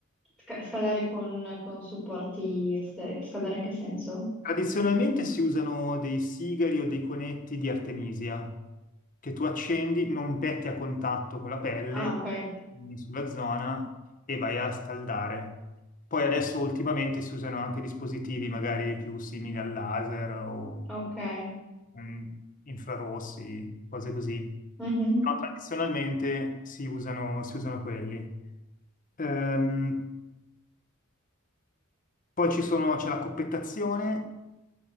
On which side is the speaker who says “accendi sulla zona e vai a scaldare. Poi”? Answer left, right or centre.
Left